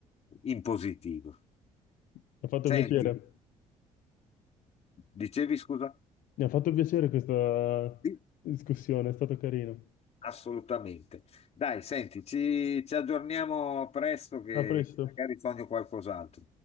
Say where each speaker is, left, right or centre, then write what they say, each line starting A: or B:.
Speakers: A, on the left (about 50°); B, on the left (about 75°).
A: in positivo.
B: Mi ha fatto
A: Senti,
B: piacere.
A: dicevi scusa?
B: Mi ha fatto piacere questa
A: Sì,
B: discussione, è stato carino.
A: assolutamente. Dai, senti, ci, ci aggiorniamo presto che
B: A presto.
A: magari sogno qualcos'altro.